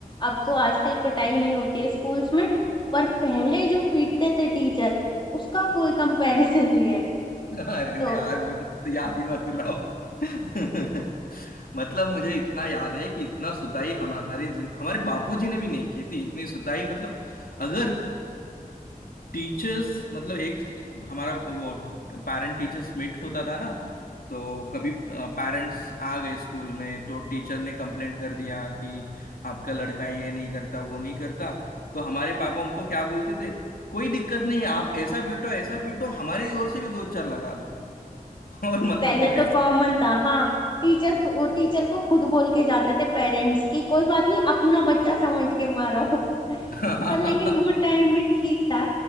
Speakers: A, on the left (about 30°); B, on the left (about 75°).
A: अब तो आजकल पिटाई नहीं होती है स्कूल्स में पर पहले जो पीटते थे टीचर उसका कोई कंपैरिजन नहीं है
B: अरे
A: तो
B: नहीं यार मुझे तो याद ही मत दिलाओ <laughs> मतलब मुझे इतना याद है कि इतना सुताई हमारे जिन- हमारे बापूजी ने भी नहीं की थी इतनी सुताई मतलब अगर टीचर्स मतलब एक हमारा वो पेरेंट टीचर्स मीट होता था ना तो कभी पेरेंट्स आ गए स्कूल में तो टीचर ने कंप्लेंट कर दिया कि आपका लड़का ये नहीं करता वो नहीं करता तो हमारे पापा उनको क्या बोलते थे कोई दिक्कत नहीं है आप ऐसा पीटो ऐसा पीटो हमारी ओर से भी दो चार लगा दो <laughs> और मतलब
A: पहले तो
B: ऐसा
A: कॉमन था हाँ टीचर टीचर को खुद बोल के जाते थे पेरेंट्स की कोई बात नहीं अपना बच्चा समझ के मारो <laughs>
B: <laughs> हाँ
A: पर लेकिन वो टाइम में ठीक था